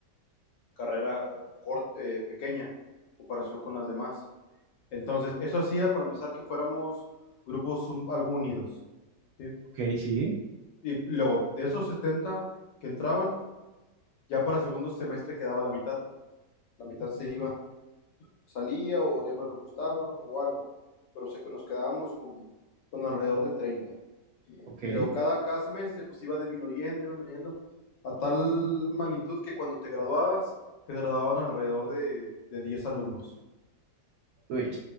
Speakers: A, on the left; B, on the right.
A: carrera corta, pequeña, en comparación con las demás. Entonces eso hacía para empezar que fuéramos grupos un- algo unidos. ¿sí?
B: Ok, sí,
A: Y luego, de esos 70 que entraban, ya para segundo semestre quedaba la mitad. La mitad se iba salía o ya no le gustaba o algo, pero sé que nos quedábamos con, con alrededor de treinta Y
B: ok.
A: luego cada, cada semestre pues iba disminuyendo, iba veniendo a tal magnitud que cuando te graduabas, te graduaban alrededor de, de 10 alumnos.
B: Uy,